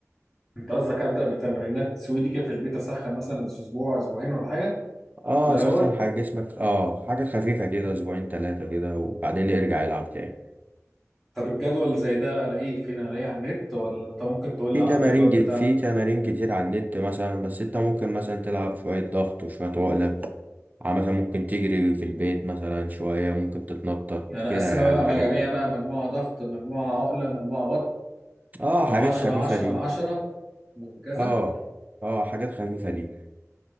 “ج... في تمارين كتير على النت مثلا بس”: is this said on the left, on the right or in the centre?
Right